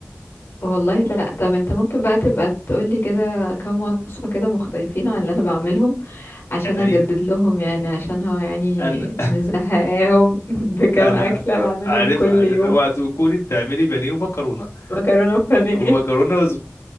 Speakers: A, on the left; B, on the left.
A: والله لا طب انت ممكن بقى تبقى تقولي كده كام وصفه كده مختلفين عن اللي انا بعملهم عشان
B: انا
A: اجدد
B: ايه
A: لهم يعني عشان هو يعني
B: انا <laughs>
A: مزهقاهم <laughs> بكام
B: انا
A: اكله بعملهم
B: عارف
A: كل
B: عارف
A: يوم
B: اوعى تكوني بتعملي بانيه ومكرونه
A: مكرونه بانيه
B: ومكرونه